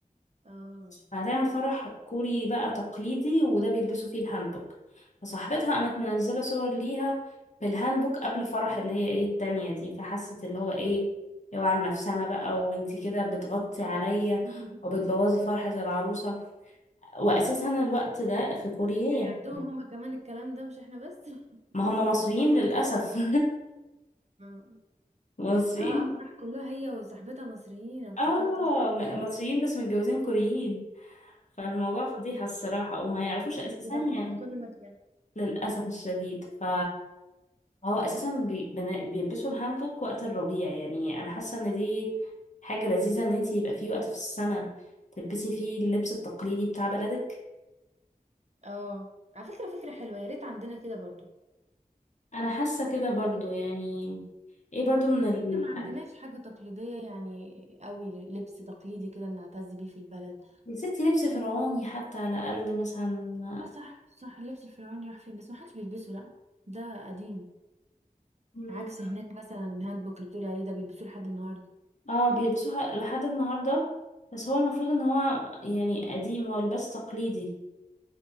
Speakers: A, on the right; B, on the left.
A: اه
B: هتعمل فرح كوري بقى تقليدي وده بيلبسوا فيه الهانبوك فصاحبتها قامت منزلة صور ليها بالهانبوك قبل فرح اللي هي ايه التانية دي فحست اللي هو ايه اوعى على نفسنا بقى وانتي كده بتغطي عليا
A: <laughs>
B: وبتبوظي فرحة العروسة واساسا الوقت ده في كوريا
A: يعني
B: يعني،
A: عندهم هما كمان الكلام ده مش احنا بس <laughs> اه
B: ما هم مصريين للأسف
A: اه
B: <laughs> مصريين
A: اه صح كلها هي وصاحبتها مصريين أنا افتكرت
B: اه
A: قلت
B: م-
A: إيه ده؟
B: مصريين بس متجوزين كوريين فالموضوع فضيحة الصراحة وما يعرفوش
A: يعني
B: اساسا
A: بيضحونا
B: يعني
A: في كل مكان
B: للأسف الشديد ف هو اساسا بي- بن- بيلبسوا الهانبوك وقت الربيع يعني انا حاسه ان دي حاجه لذيذه ان انتي يبقى في وقت في السنه تلبسي فيه اللبس التقليدي بتاع بلدك
A: اه على فكرة فكرة حلوة يا ريت عندنا كده برضو
B: انا حاسه كده برضو يعني ايه برضو من
A: بس
B: ال...
A: احنا ما عندناش حاجة تقليدية يعني قوي لبس تقليدي كده بنعتز بيه في البلد
B: يا ستي لبس فرعوني حتى على الاقل مثلا
A: لا صح صح اللبس الفرعوني راح فين بس ما حدش بيلبسه لا ده قديم
B: مم.
A: عكس هناك مثلا الهاند بوك اللي بتقولي عليه ده بيلبسوه لحد النهارده
B: اه بيلبسوها لحد النهارده بس هو المفروض ان هو يعني قديم هو لباس تقليدي